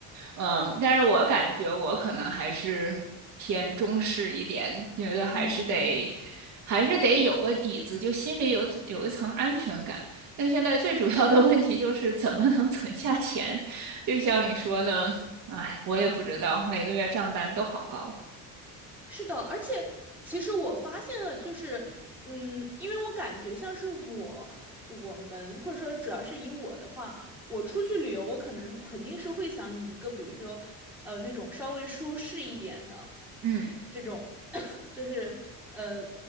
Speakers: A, on the right; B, in the centre.
A: 嗯，但是我感觉我可能还是偏中式一点，觉得还是得，
B: 嗯。
A: 还是得有个底子，就心里有有一层安全感。但现在最主要的问题就是怎么能存下钱，就像你说的，哎，我也不知道，
B: 但
A: 每个月账单都好高。
B: 是的，而且其实我发现了，就是嗯，因为我感觉像是我和我们，或者说主要是以我的话，我出去旅游，我可能肯定是会想以一个比如说呃那种稍微舒适一点的
A: 嗯
B: 这种，<coughs> 就是呃